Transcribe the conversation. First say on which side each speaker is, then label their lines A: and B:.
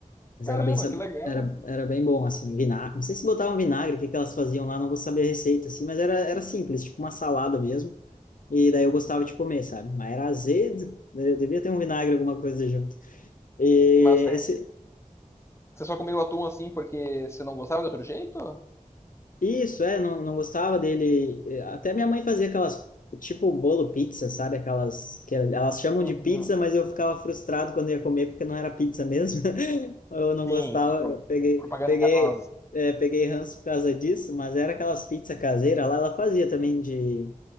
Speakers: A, on the left (about 80°); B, on the left (about 20°).
A: Mas
B: Caramba,
A: era bem, sab-
B: que legal.
A: era, era bem bom, assim, vinagre. Não sei se botavam vinagre, o que que elas faziam lá, não vou saber a receita, assim, mas era, era simples, tipo uma salada mesmo. E daí eu gostava de comer, sabe? Mas era azedo, de- devia ter um vinagre, alguma coisa junto. E
B: Mas é,
A: esse,
B: você só comeu atum assim porque você não gostava de outro jeito?
A: Isso, é, não, não gostava dele. Até minha mãe fazia aquelas, tipo bolo pizza, sabe? Aquelas que elas chamam
B: Uhum.
A: de pizza, mas eu ficava frustrado quando ia comer porque não era pizza mesmo. <laughs> Eu não
B: Sim,
A: gostava, eu peguei,
B: propaganda
A: peguei,
B: enganosa.
A: é, peguei ranço por causa disso, mas era aquelas pizzas caseiras lá, ela fazia também de.